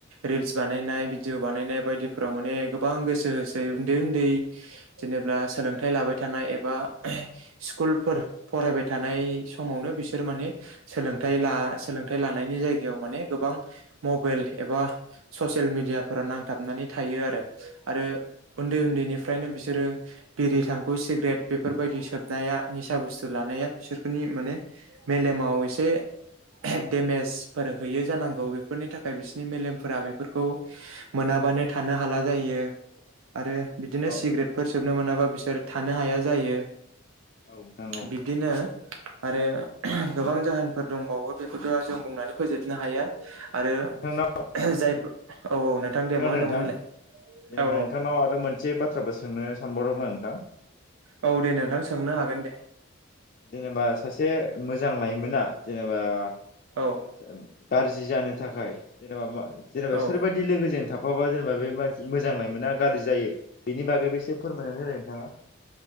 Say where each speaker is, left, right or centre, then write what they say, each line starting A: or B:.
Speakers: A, on the right (about 80°); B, on the left (about 45°).
A: रिल्स बानायनाय भिडिअ बानायनाय नाय बायदिफोराव माने गोबां गोसो होसै उन्दै उन्दै जेनेबा सोलोंथाइ लाबाय थानाय एबा बा स्कुलफोर फरायबाय थानाय समावनो बिसोर माने सोलोंथाइ ला सोलोंथाइ लानायनि जायगायाव माने गोबां मबेइल एबा ससियेल मिडियाफोराव नांथाबना नानै थायो आरो आरो उन्दै उन्दैनिफ्रायनो बिसोरो बिरि थांखु सिग्रेट बेफोरबायदि सोबनाया निसा बुसथु लानाया बिसोरखौनि मानि मेलेमाव एसे देमेजफोर होयो जानांगौ बेफोरनि थाखाय बिसोरनि मेलेमफोरा बेफोरखौ मोना मोनाबानो थानो हाला जायो आरो बिदिनो
B: औ
A: सिगरेटफोर सोबनो मोनाबा बिसोर थानो हाया जायो।
B: औ नोंथां औ नोंथां औ नोंथां औ
A: बिब्दिनो आरो गोबां जाहोनफोर दंबावो बेखौथ' जों बुंनानै फोजोबनो हाया। आरो
B: नोंथांनाव
A: जायब
B: नों
A: औ औ नोंथां दे
B: खोनादों
A: मा होनदोंमोन
B: नोंथां
A: होनलाय?
B: जेनेबा
A: औ
B: नोंथांनाव आरो मोनसे बाथ्राबो सोंनो सानबावदोंमोन आं नोंथां
A: औ दे नोंथां सोंनो हागोन दे
B: जेनेबा सासे मोजां लाइमोना जेनेबा
A: औ
B: ओ सों गारजि जानो थाखाय जेनेबा मा जेनेबा
A: औ
B: सोर बादि लोगोजों थाफाबा जेनेबा बेबादि मोज जां लायमोना गारजि जायो बेनि बागैबो एसे फोरमायनानै होनाय नोंथाङा?